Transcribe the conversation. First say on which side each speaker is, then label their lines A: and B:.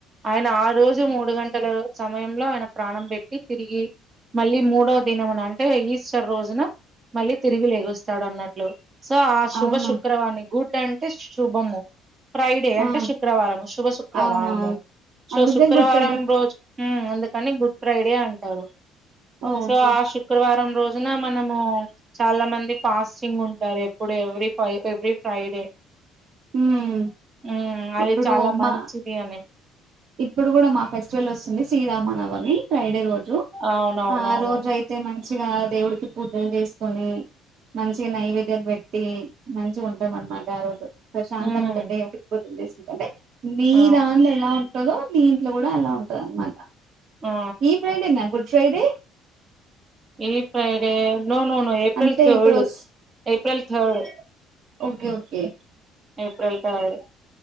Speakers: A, on the right; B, on the right.
A: ఆయన ఆ రోజు మూడు గంట్ టలు సమయంలో ఆయన ప్రాణం పెట్టి తిరిగీ, మళ్ళీ మూడో దినం నాడ్ అంటే ఈస్టర్ రోజున, మళ్ళీ తిరిగి లేగుస్తాడు అన్నట్లు. సో ఆ శుభ
B: అవును
A: శుక్రవారిని గుడ్ టన్ టే శుభము. ఫ్రైడే అంటే
B: ఆ
A: శుక్రవారము శుభ శుక్రవారము.
B: అవునవును
A: సో
B: అందుకే
A: శుక్రవారం
B: గుడ్ ఫ్రైడే
A: రోజు ఉమ్ అందుకని గుడ్ ఫ్రైడే అంటారు.
B: ఓకే
A: సో ఆ శుక్ వారం రోజున మనమూ, చాలా మంది ఫాస్టింగ్ ఉంటారెప్పుడు ఎవ్రీ ఫై ఎవ్రీ ఫ్రైడే.
B: మ్మ్
A: ఉ అది
B: ఇప్పుడు
A: చాలా మంచిది
B: మా
A: అని
B: ఇప్పుడు కూడా మా ఫెస్టివల్ వస్తుంది శ్రీరామనవమి ఫ్రైడే రోడ్
A: అవునవునవును
B: ఆ రోజ అయితే మ మంచిగా దేవుడికి పూజలు చేసుకొని మంచిగా నైవేద్యాలు పెట్టి మంచిగా ఉంటాం అనమాట ఆ రోజు శాంతంగా
A: ఉమ్
B: ఉంటుంది ఎడికిపోతుంది ఏంటి మీ
A: ఆ
B: దాన్ లేలా ఉ ఉంటదో దీంట్లో కూడా అలా ఉంటదన్న మాట
A: ఆ
B: ఈ ఫ్రైడేనా గుడ్ ఫ్రైడే
A: ఏ ఫైరే నో నో నో ఏప్రిల్
B: అంటే
A: థర్డ్
B: ఇప్పుడు వస్
A: April third
B: okay okay
A: April third